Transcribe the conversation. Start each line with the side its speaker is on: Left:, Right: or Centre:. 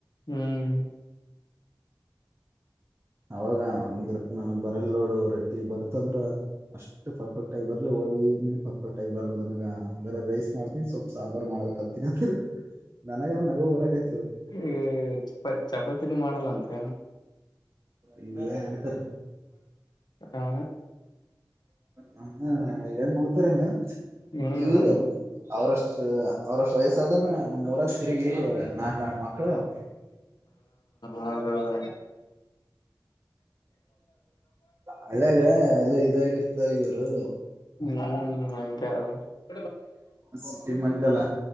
Left: ಹ್ಮ್.
Right: ಅವಾಗ ಆ ಅಂದ್ರ ನನಗ್ ಬರಲ್ ನೋಡು ರೊಟ್ಟಿ ಬರ್ತಂದ್ರ ಅಷ್ಟ ಟ್ಟ್ ಪರ್ಫೆಕ್ಟ್ ಆಗಿ ಬರಲ್ಲ ಹೋಳಗಿನ್ ಪರ್ಫೆಕ್ಟ್ ಆಗಿ ಬರಲ್ಲ ನನಗ ಬರೇ ರೈಸ್ ಮಾಡ್ತೀನ್ ಸ್ವಲ್ಪ ಸಾಂಬಾರ ಮಾಡದ ಕಲ್ತೀನಿ ಅಂದ್ರ ನನಗರ ನಗು ಬರಾಕತ್ತ್
Left: ಈ ಚಪಾ ಚಪಾತಿನ ಮಾಡಲ್ಲಂತ
Right: ಇಲ್ಲಾ ಅಂತ.
Left: ಹಾ
Right: ಹ ಏನ್ ಮಾಡ್ತಾರನ
Left: ಹ್ಮ್
Right: ಇವ್ರ ಅವರಷ್ಟ ಅವ್ರಷ್ಟ್ ವಯಸ್ಸಾದವ್ರನ ನಮ್ ಊರಾಗ್ ತಿರಗಿ ನಾಕ್ ನಾಕ್ ಮಕ್ಳ ಆವ
Left: ಹೌದೌದ
Right: ಹಳ್ಳಾಗ ಎಲ್ಲ ಇದು ಆಗ್ ರ್ತದ ಇವರು
Left: ಹ್ಮ್ ಹಂಗ ಅದ
Right: ಸಿಟಿ ಮಂದೆಲ್ಲ